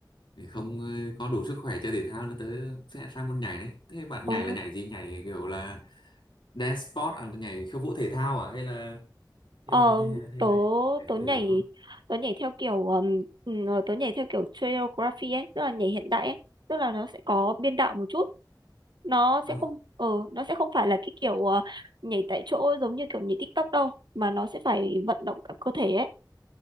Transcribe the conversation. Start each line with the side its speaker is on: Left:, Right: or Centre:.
Left: Thì không ờ, có đủ sức khỏe chơi thể thao là tớ sẽ sang môn nhảy đấy thế bạn
Right: ồ
Left: nhảy là nhảy gì nhảy kiểu là dance sport à, nhảy khiêu vũ thể thao à hay là
Right: ờ
Left: hay là hay là hay
Right: tớ
Left: là thể
Right: tớ nhảy
Left: thể dục thôi
Right: tớ nhảy theo kiểu ừm, ừ, ờ, tớ nhảy theo kiểu choreography ấy tức là nhảy hiện đại ấy tức là nó sẽ có biên đạo một chút nó
Left: à,
Right: sẽ không ờ nó sẽ không phải là cái kiểu ờ, nhảy tại chỗ giống như kiểu nhảy TikTok đâu mà nó sẽ phải vận động cả cơ thể ấy